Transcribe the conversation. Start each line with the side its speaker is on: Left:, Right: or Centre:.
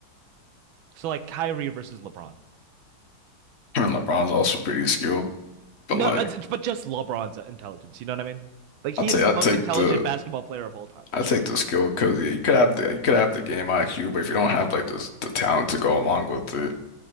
Right: So like Kyrie versus LeBron.
Left: And LeBron's also pretty skilled, but
Right: No,
Left: like
Right: it's, it's- but just LeBron's intelligence. You know what I mean? Like he
Left: I would
Right: is
Left: say,
Right: the
Left: I
Right: most
Left: take
Right: intelligent
Left: the
Right: basketball player of all time.
Left: I take the skill because yeah, you could have the you could have the game IQ, but if you don't have like the the talent to go along with it,